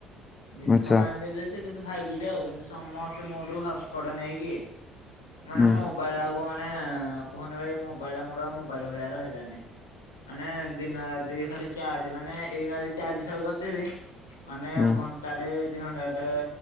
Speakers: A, on the left; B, on the left.
A: ଦିଦି
B: ଆଚ୍ଛା
A: ମୋ ବାଣି କିନ୍ତୁ ଭାଇ <inaudible> ଦିଟା ଉ କିନ୍ତୁ ସମସ୍ତେ ମୋଠୁ ହସସଟ୍ ନେଇକି ମାନେ
B: ହୁଁ
A: ମୋ ମୋବାଇଲ୍ ଆଉକମାନେ। ଆଉ କୁହନି ଭାଇ ମୋବାଇଲ୍ ଆଉ ମୋର ମୋବାଇଲ୍ ଭଳିଆ ରହିଲାନି। ମାନେ ଦିନ ରାତି ଖାଲି। ଚାର୍ଜ ମାନେ ଏଇନା ଯଦି ଚାରିଶ କରିଦେବି ମାନେ
B: ହୁଁ
A: ଘଁ ଦି ଘଣ୍ଟାଟେ